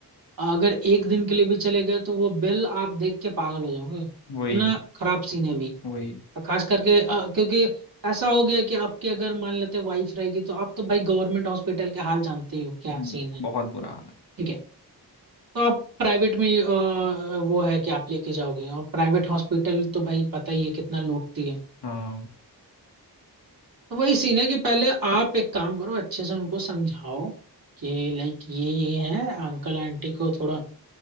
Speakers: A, on the right (about 60°); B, on the left (about 85°).
A: अगर एक दिन के लिए भी चले गए तो वो बिल आप देख के पागल हो जाओगे इतना
B: वही
A: खराब सीन है अभी
B: वही
A: और खास करके अ, क्योंकि ऐसा हो गया कि आपकी अगर मान लेते वाइफ रहेगी तो आप तो भाई गवर्नमेंट हॉस्पिटल के हाल जानते ही हो क्या
B: हम्म,
A: सीन है
B: बहुत बुरा हाल है
A: ठीक है तो आप प्राइवेट में अ, वो है कि आप लेके जाओगे और प्राइवेट हॉस्पिटल तो भाई पता ही है कितना लूटती है
B: हाँ
A: तो वही सीन है कि पहले आप एक काम करो अच्छे से उनको समझाओ कि लाइक ये ये है अंकल आंटी को थोड़ा